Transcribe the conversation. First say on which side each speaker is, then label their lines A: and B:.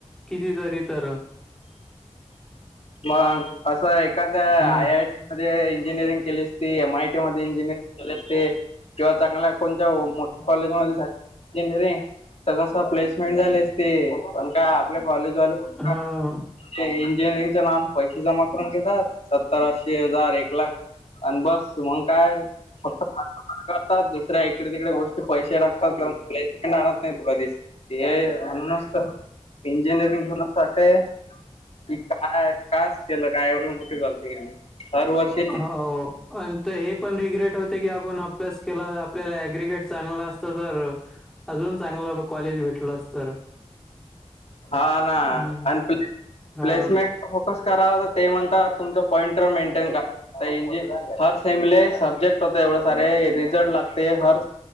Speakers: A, in the centre; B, on the left.
A: कितीतरी तर
B: मंग असं एखाद्या
A: हम्म
B: आय आय टी. मध्ये इंजिनिअरिंग केली असती, एम आय टी मध्ये इंजिनिअरिंग केली असती किंवा चांगल्या कोणत्या मोठ्या कॉलेजमध्ये जाऊन इंजिनिअरिंग तर कसं प्लेसमेंट झाली असती, पण काय आपल्या कॉलेजवाले भंगार.
A: हो.
B: ते इंजिनिअरिंगच्या नान पैसे जमा करून घेतात, सत्तर ऐंशी हजार, एक लाख आणि बस, मग काय? फक्त फालतूपणा करतात हा दुसऱ्या तिकडे गोष्टीत पैसे टाकतात, प्लेसमेंट आणत नाही कधीच. ते म्हणूनचत इंजिनिअरिंगच्या ना सखे, की काय कसं केलं काय? एवढी मोठी गलती केली. दरवर्षी
A: हो आणि हे पण रिग्रेट होते की, आपण अभ्यास केला, आपल्याला एग्रिगेट चांगला असत तर अजून चांगलं कॉलेज भेटल तर
B: हा ना.
A: हम्म.
B: आणि <inaudible>
A: हां.
B: प्लेसमेंट फोकस करावं ते म्हणता, तुमचं पॉईंटर मेंटेन करा. आता इंजिन, हर सेमले सब्जेक्ट होते एवढे सारे, रिझल्ट लागते हर